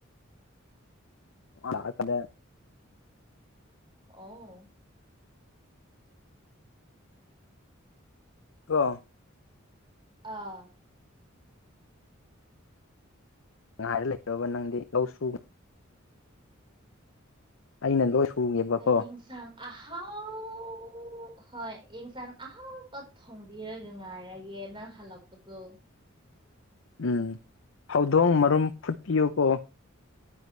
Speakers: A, on the left; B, on the right.
A: ꯄꯥꯗꯂꯦ
B: ꯑꯣ
A: ꯀꯣ
B: ꯑꯥ
A: ꯉꯥꯏꯔ ꯂꯩꯗꯧꯕ ꯅꯪꯗꯤ ꯂꯧ ꯁꯨꯕ ꯑꯩꯅ ꯂꯣꯏ ꯁꯨꯒꯦꯕꯀꯣ
B: ꯀꯩ ꯏꯪꯁꯥꯡ ꯑꯍꯥꯎ ꯍꯣꯏ ꯌꯦꯡꯁꯥꯡ ꯑꯍꯥꯎꯕ ꯊꯣꯡꯕꯤꯔꯒ ꯉꯥꯏꯔꯒꯦ ꯒꯦ ꯅꯪ ꯍꯜꯂꯛꯄꯗꯣ
A: ꯎꯝ ꯍꯧꯗꯣꯡ ꯃꯔꯨꯝ ꯐꯨꯠꯄꯤꯌꯣꯀꯣ